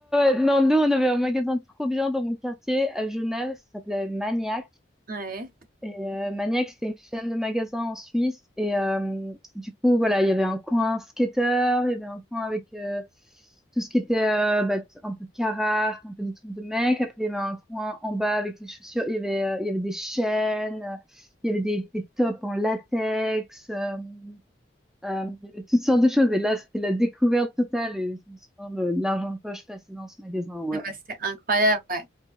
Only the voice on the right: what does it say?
Ouais.
Ah bah, c'était incroyable, ouais.